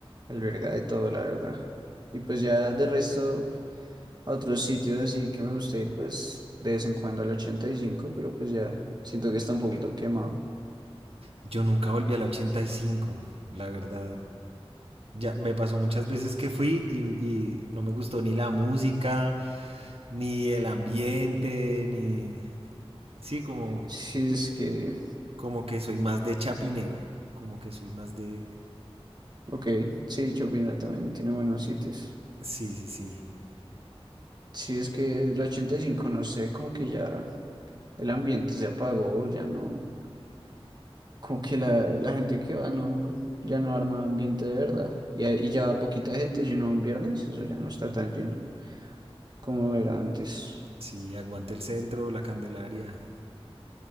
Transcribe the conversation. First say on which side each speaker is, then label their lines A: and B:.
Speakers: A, on the right; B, on the right.
A: alberga de todo, la verdad. Y pues ya de resto, a otros sitios así que me gusta ir, pues de vez en cuando al ochenta y cinco pero pues ya siento que está un poquito quemado.
B: Yo nunca volví a la 85, la verdad. Ya me pasó muchas veces que fui y, y no me gustó ni la música, ni el ambiente, ni... Sí, como,
A: Sí, es que,
B: como que soy más de chapinero. Como que soy más de.
A: ok, sí, Chopinla también tiene buenos sitios.
B: Sí, sí, sí.
A: Sí, es que el 85 no sé, como que ya el ambiente se apagó, ya no, como que la, la gente que va no, ya no arma ambiente de verdad. Y, ahí- y ya va poquita gente, sino un viernes, eso ya no está tan lleno. como era antes.
B: Sí, aguante el centro, la Candelaria.